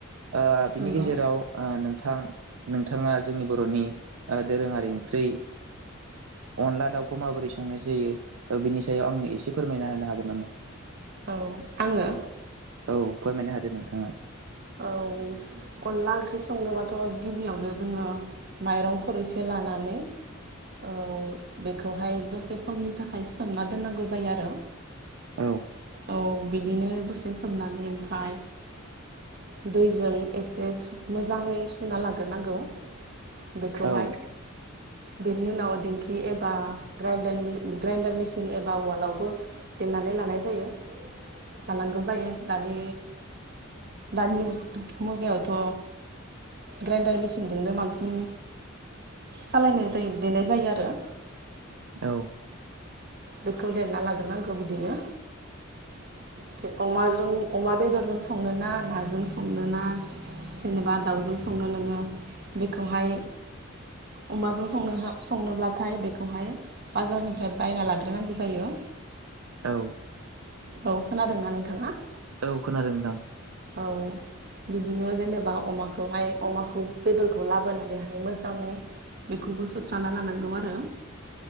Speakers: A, on the right; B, on the right.
A: ओ बिनि
B: नंगौ
A: गेजेराव ओ नोंथां नोंथाङा जोंनि बर'नि ओ दोरोङारि ओंख्रि ओ अनला दाउखौ माबोरै संनाय जायो ओ बिनि सायाव आंनो इसे फोरमायना होनो हागोन नामा?
B: औ आङो
A: औ फोरमायनो हादो नोंथाङा।
B: औ अनला ओंख्रि संनोबाथ' गिबियावनो जोङो माइरं खर एसे लानानै औ बेखौहाय दसे समनि थाखाय सोमना दोननांगौ जायो आरो
A: औ
B: औ बिदिनो दसे सोमनानै ओमफ्राय दैजों एसे मोजाङै सुना लाग्रोनांगौ। बेखौहाय।
A: औ
B: बेनि उनाव दिंखि एबा ग्रडार ग्राइन्डार मेसिन एबा उवालावबो दोननानै लानाय जायो लानांगौ जायो दानि दानि मुगायावथ' ग्राइन्डार मेसिनजोंनो बांसिन सालायनाय जायो देनाय जायो आरो।
A: औ।
B: बेखौ देरना लाग्रोनांगौ बिदिनो। थि अमाजों अमा बेदरजों संनो ना नाजों संनो ना जेनेबा दाउजों संनो नोङो बेखौहाय अमाजों संनो संनोब्लाथाय बेखौहाय बाजारनिफ्राय बायना लागोन। नांगौ जायो।
A: औ।
B: औ खोनादोंना नोंथाङा?
A: औ खोनादों नोंथां।
B: औ। बिदिनो जेनेबा अमाखौहाय अमाखौ बेदरखौ लाबोनानैहाय मोजाङै बेखौबो सोस्रा लानांगौ आरो।